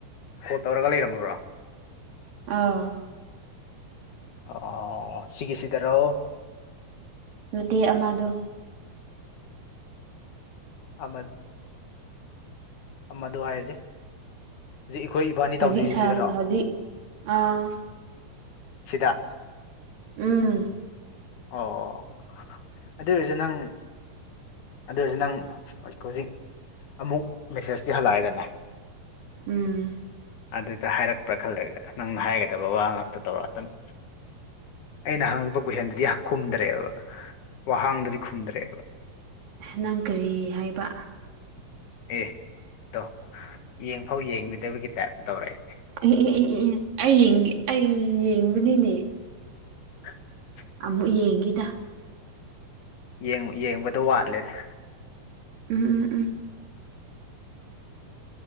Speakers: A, on the left; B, on the right.
A: ꯀꯣꯜ ꯇꯧꯔꯒ ꯂꯩꯔꯝꯃꯕ꯭ꯔꯣ
B: ꯑꯧ
A: ꯑꯧ ꯁꯤꯒꯤ ꯁꯤꯗꯔꯣ
B: ꯅꯠꯇꯦ ꯑꯃꯗꯣ
A: ꯑꯃ ꯑꯃꯗ ꯍꯥꯏꯔꯗꯤ ꯍꯧꯖꯤꯛ ꯏꯈꯣꯏ ꯏꯕꯥꯅꯤ
B: ꯍꯧꯖꯤꯛ
A: ꯇꯧꯅꯔꯤ
B: ꯁꯥ
A: ꯁꯤꯗꯔꯣ
B: ꯍꯧꯖꯤꯛ ꯑꯥ
A: ꯁꯤꯗ
B: ꯎꯝ
A: ꯑꯣ ꯑꯗꯨ ꯑꯣꯏꯔꯒ ꯅꯪ ꯑꯗꯨ ꯑꯣꯏꯔꯁꯨ ꯅꯪ ꯍꯧꯖꯤꯛ ꯑꯃꯨꯛ ꯃꯦꯁꯦꯁꯇꯤ ꯍꯜꯂꯛꯑꯦꯗꯅꯦ
B: ꯎꯝ
A: ꯑꯗꯨꯗ ꯍꯥꯏꯔꯛꯄ꯭ꯔꯥ ꯈꯜꯂꯒ ꯅꯪꯅ ꯍꯥꯏꯒꯗꯕ ꯋꯥ ꯉꯥꯛꯇ ꯇꯧꯔꯛꯑꯗꯧꯅꯤ ꯑꯩꯅ ꯍꯪꯉꯛꯄ ꯀꯣꯏꯁꯟꯗꯨꯗꯤ ꯈꯨꯝꯗ꯭ꯔꯦꯕ ꯋꯥꯍꯥꯡꯗꯨꯗꯤ ꯈꯨꯝꯗ꯭ꯔꯦꯕ
B: ꯅꯪ ꯀꯔꯤ ꯍꯥꯏꯕ
A: ꯑꯦ ꯇꯣ ꯌꯦꯡꯐꯥꯎ ꯌꯦꯡꯕꯤꯗꯕꯒꯤ ꯇꯥꯏꯞꯇ ꯇꯧꯔꯛꯑꯦ
B: ꯑꯦ ꯑꯦ ꯑꯩ ꯌꯦꯡ ꯑꯩ ꯌꯦꯡꯕꯅꯤꯅꯦ
A: <inaudible>
B: ꯑꯃꯨꯛ ꯌꯦꯡꯒꯦꯗ
A: ꯌꯦꯡ ꯌꯦꯡꯕꯗꯣ ꯋꯥꯠꯂꯦꯗ
B: ꯎꯝ ꯎꯝ ꯎꯝ